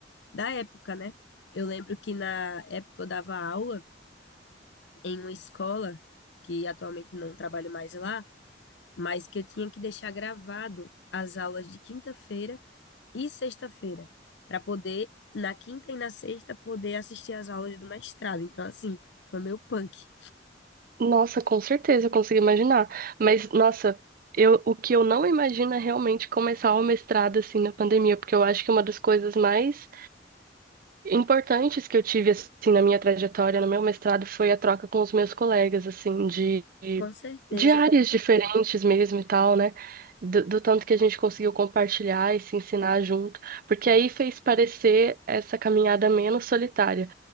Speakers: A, on the left; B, on the right.
A: da época, né? Eu lembro que na época eu dava aula. em uma escola, que atualmente não trabalho mais lá, mas que eu tinha que deixar gravado as aulas de quinta-feira e sexta-feira, para poder, na quinta e na sexta, poder assistir as aulas do mestrado. Então, assim, foi meu punk.
B: Nossa, com certeza, eu consigo imaginar. Mas nossa, eu, o que eu não imagino é realmente começar o mestrado assim na pandemia, porque eu acho que é uma das coisas mais importantes que eu tive assim na minha trajetória, no meu mestrado, foi a troca com os meus colegas, assim, de,
A: Com certeza.
B: de áreas diferentes mesmo e tal, né? Do, do tanto que a gente conseguiu compartilhar e se ensinar junto, porque aí fez parecer essa caminhada menos solitária.